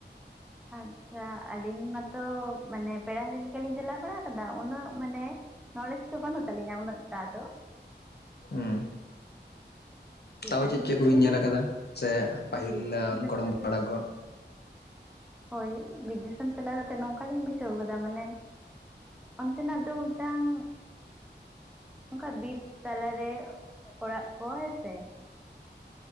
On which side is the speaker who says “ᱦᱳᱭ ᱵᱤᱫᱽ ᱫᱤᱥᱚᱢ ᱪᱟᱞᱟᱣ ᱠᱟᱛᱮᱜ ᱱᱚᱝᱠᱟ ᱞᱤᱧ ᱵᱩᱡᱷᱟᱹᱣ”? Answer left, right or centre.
Centre